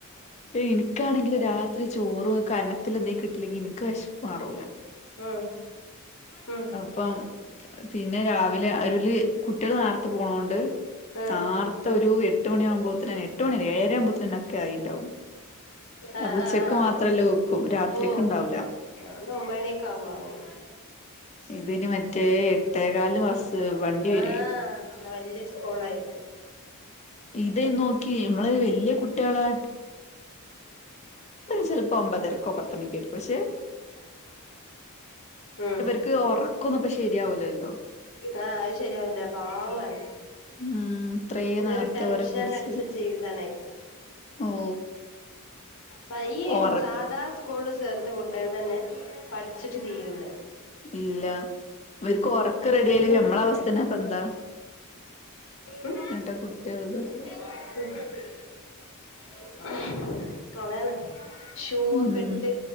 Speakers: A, on the left; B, on the left.
A: ഈ എനിക്കാണെങ്കില് രാത്രി ചോറും കനത്തി എന്തെങ്കിലും കിട്ടില്ലെങ്കി എനിക്ക് വിശപ്പ് മാറൂല
B: ഉം ഉം
A: ഇപ്പം പിന്നെ രാവിലെ അരുല് കുട്ടികള് നേർത്തെ പോണ കൊണ്ട്
B: ആഹ്
A: ആർ ത്ത് ഒരു എട്ട് മണി
B: ഉം
A: ആകുമ്പോത്തേന് എട്ട് മണി അല്ല ഏഴര ആകുമ്പോത്തേന് ഒക്കെ ആയിണ്ടാവും
B: ആഹ്
A: അപ്പം ഉച്ചക്ക്
B: ആഹ് ആഹ്
A: മാത്രല്ല വെക്കും രാത്രിക്ക്
B: ഓ
A: ഇണ്ടാവൂല
B: അത് ഒമ്പണിയൊക്കെ ആവുമ്പോ ആവുള്ളൂ
A: ഇതിന് മറ്റേ എട്ടേകാല് ബസ്സ് വണ്ടി
B: ആഹ്
A: വരുവേ
B: വല്യ സ്കൂള് ആയിട്ട്
A: ഇത് നോക്കി നമ്മള് വല്യ കുട്ടികളാ ചെലപ്പോ ഒമ്പതരക്കോ പത്തണിക്കായിരിക്കും പക്ഷെ
B: <inaudible> <inaudible> ഉം
A: ഇക്ക് ഒറക്കൊന്നും ഇപ്പം ശരിയാവുല്ലല്ലോ
B: ആഹ് അത് ശരിയാവില്ല പാവാന്ന്
A: ഉം ഇത്രേ
B: ഇങ്ങനെ
A: നേരത്തെ
B: ഒരു ടെൻഷൻ
A: ഓരെ പിടിച്ച്
B: അടിച്ച ജീവിതാനായിട്ട്
A: ഓ
B: വയ്യേ
A: ഒറ
B: സാദാ സ് സ്കൂളില് ചേർത്ത് കുട്ടികൾ തന്നെ പഠിച്ചിട്ട് തീരുല്ല
A: ഇല്ല ഇവർക്ക് ഒറ ക്ക് റെഡി
B: ഗവൺമെന്റ്
A: ആയില്ലെങ്കിൽ നമ്മളെ
B: പഠിച്ചൂടെ
A: അവസ്ഥ തന്നെ ഇപ്പം എത്നാ
B: ഉം
A: എനിട്ടാ കുട്ടികളത്
B: <inaudible> അതാണ് ഷൂ
A: ഉം
B: ഒക്കെ ഇട്ട്